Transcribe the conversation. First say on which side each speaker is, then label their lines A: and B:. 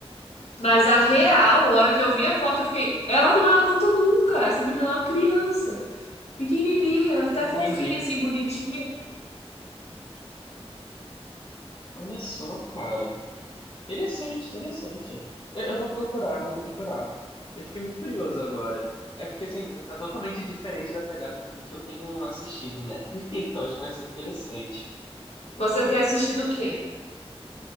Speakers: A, on the left; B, on the left.
A: Mas a real,
B: Hum,
A: a hora que eu vi a foto, eu fiquei, ela não é adulta nunca. Essa menina é uma criança, pequenininha, até
B: entendi.
A: fofinha, assim, bonitinha.
B: Olha só, cara. Interessante, interessante. Eu, eu vou procurar, eu vou procurar. Eu fiquei muito curioso agora. É porque, assim, tá totalmente diferente da pegada do que eu tenho assistido, né? <laughs> Então, acho que vai ser interessante.
A: Você tem assistido o quê?